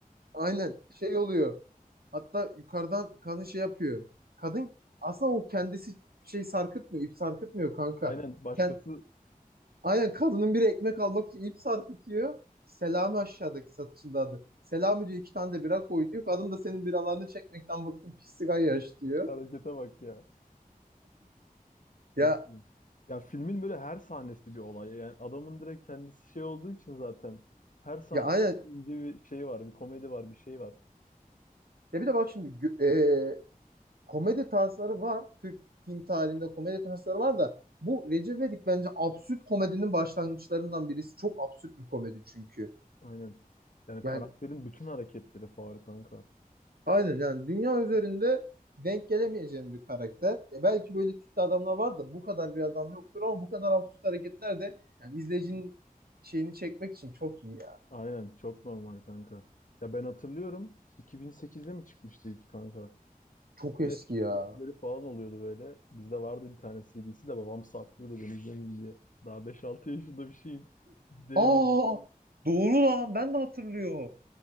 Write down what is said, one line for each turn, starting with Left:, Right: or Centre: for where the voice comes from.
Right: aynen şey oluyor. Hatta yukarıdan kadın şey yapıyor. Kadın aslında o kendisi şey sarkıtmıyor. ip sarkıtmıyor kanka.
Left: Aynen. Başkası
Right: Kend Aynen kadının biri ekmek almak için ip sarkıtıyor. Selami aşağıdaki satışında adı. Selami diyor iki tane de bira koy diyor. Kadın da senin biralarını çekmekten bıktım pislik yaş diyor.
Left: harekete bak ya.
Right: Ya
Left: Çok iyi. Ya filmin böyle her sahnesi bir olay. Yani adamın direkt kendisi şey olduğu için zaten. Her sahnesi
Right: ya aynen.
Left: ince bir şey var. Bir komedi var. Bir şey var.
Right: Ya bir de bak şimdi gö- e, komedi tarzları var. Türk film tarihinde komedi tarzları var da bu Recep İvedik bence absürt komedinin başlangıçlarından birisi. Çok absürt bir komedi çünkü.
Left: Aynen. Yani
Right: Yani
Left: karakterin bütün hareketleri faul kanka.
Right: Aynen yani dünya üzerinde denk gelemeyeceğim bir karakter. Ya belki böyle tipte adamlar var da bu kadar bir adam yoktur ama bu kadar absürt hareketler de yani izleyicinin şeyini çekmek için çok iyi ya.
Left: Aynen çok normal kanka. Ya ben hatırlıyorum 2008'de mi çıkmıştı ilk kanka?
Right: Çok
Left: Böyle
Right: eski ya.
Left: dizileri falan oluyordu böyle. Bizde vardı bir tane CD'si de babam saklıyordu ben izlemeyeyim diye. Daha beş altı yaşında bir şeyim. İzleyemiyordum.
Right: Aa doğru lan ben de hatırlıyorum.